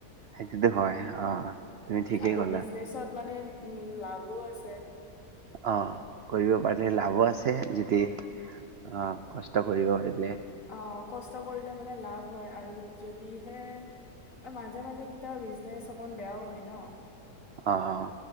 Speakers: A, on the right; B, on the left.
A: সেইটোতো হয় আহ তুমি ঠিকেই
B: আৰু
A: ক'লা।
B: বিজনেচত মানে উম লাভো আছে।
A: অ' কৰিব পাৰিলে
B: উম,
A: লাভো আছে। যদি অ' কষ্ট কৰিব পাৰি
B: অ', কষ্ট কৰি। মানে লাভ হয় আৰু যদিহে, মাজে মাজে কিটাবা বিজনেচ অকন বেয়াও হয় নহ?
A: অ'